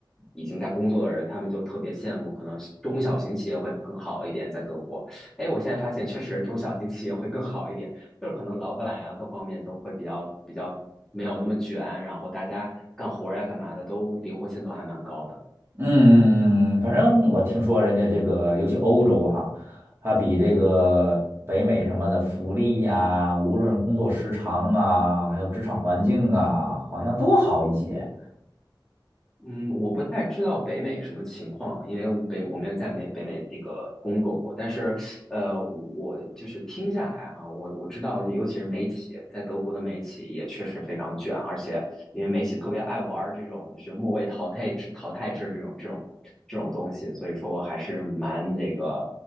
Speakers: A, in the centre; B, on the right.
A: 已经在工作的人，他们就特别羡慕，可能中小型企业会更好一点，在德国。哎，我现在发现确实中小型企业会更好一点，就是可能老板呀、各方面都会比较比较没有那么卷，然后大家干活儿呀、干嘛的都灵活性都还蛮高的。
B: 嗯嗯嗯，反正我听说人家这个，尤其欧洲哈，它比这个北美什么的福利呀，无论工作时长啊，还有职场环境啊，好像都好一些。
A: 嗯，我不太知道北美什么情况，因为北我没有在美北美这个工作过，但是，呃，我就是听下来哈，我我知道，尤其是美企，在德国的美企也确实非常卷，而且因为美企特别爱玩这种就是末位淘汰制、淘汰制这种这种这种东西，所以说还是蛮这个，